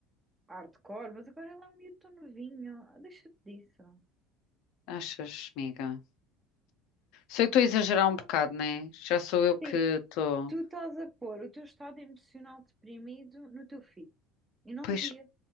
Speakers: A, on the right; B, on the left.
A: hardcore, mas agora ele é um miúdo tão novinho, ah, deixa-te disso.
B: Achas, amiga? Sei que estou a exagerar
A: Claro.
B: um bocado, né? Já sou eu que
A: Sim,
B: estou.
A: Tu estás a pôr o teu estado emocional deprimido no teu filho. E não
B: Pois,
A: devia.